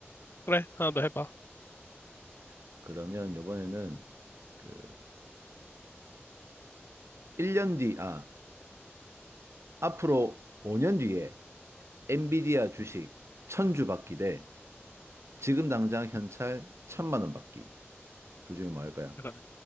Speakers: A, on the left; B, on the right.
A: 그래, 하나 더 해봐.
B: 자, 그러면 요번에는 그 1년 뒤, 아, 앞으로 5년 뒤에 엔비디아 주식 천주 받기 대 지금 당장 현찰 천만 원 받기. 둘 중에 뭐 할 거야?
A: 그러네.